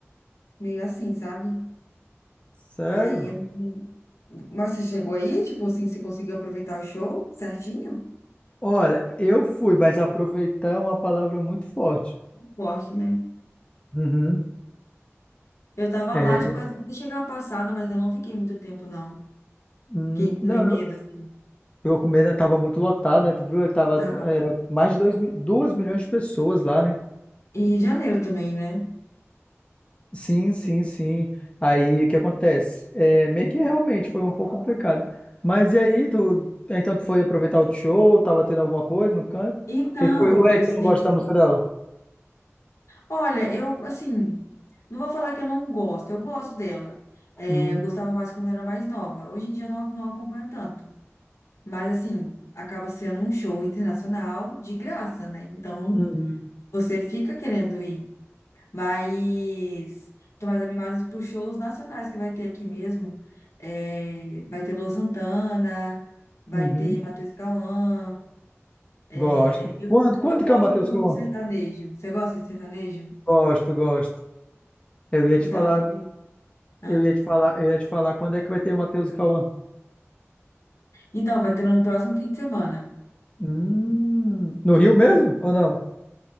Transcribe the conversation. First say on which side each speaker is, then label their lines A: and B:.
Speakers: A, on the left (about 75°); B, on the left (about 25°).
A: meio assim, sabe?
B: Sério?
A: Aí eu. Mas você chegou aí, tipo assim, você conseguiu aproveitar o show certinho?
B: Olha, eu fui, mas aproveitar é uma palavra muito forte.
A: Forte, né?
B: Uhum.
A: Eu tava
B: É.
A: lá, tipo, até chegar a passada, mas eu não fiquei muito tempo, não.
B: Hum,
A: Fiquei com
B: Não.
A: meio medo, assim.
B: Ficou com medo, né? tava muito lotado, né? Tu viu? Tava,
A: Tá.
B: era mais de dois mi- 2 milhões de pessoas lá, né?
A: E janeiro também, né?
B: Sim, sim, sim. Aí o que acontece? É, meio que realmente foi um pouco complicado. Mas e aí, tu, então tu foi aproveitar o show? Tava tendo alguma coisa no canto?
A: Então,
B: O que que foi? Ou
A: eu
B: é que
A: sei.
B: tu não gosta da música dela?
A: Olha, eu, assim, não vou falar que eu não gosto, eu gosto dela. É,
B: Uhum,
A: eu gostava mais quando era mais nova. Hoje em dia eu não, não acompanho tanto. Mas, assim, acaba sendo um show internacional de graça, né? Então,
B: uhum,
A: você fica querendo ir. Mas, tô mais animada para shows nacionais que vai ter aqui mesmo. É, vai ter Luan Santana, vai
B: uhum.
A: ter Matheus Cauã. É,
B: Gosto.
A: eu,
B: Quando, quando
A: eu gosto
B: que é o Matheus
A: um pouco
B: Cauã?
A: do sertanejo. Você gosta de sertanejo?
B: Gosto, gosto. Eu ia te
A: Então,
B: falar,
A: também. Ah.
B: eu ia te falar, eu ia te falar quando é que vai ter o Matheus e Cauã.
A: Então, vai ter no próximo fim de semana.
B: Hum, no Rio mesmo ou não?